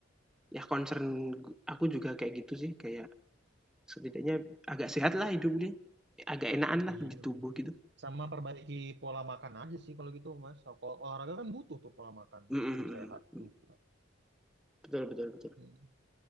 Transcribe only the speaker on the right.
Iya
benar.
Sama perbaiki pola makan aja sih kalau gitu Mas. Kalau olahraga kan butuh tuh pola makan
yang sehat
juga.
Hmm.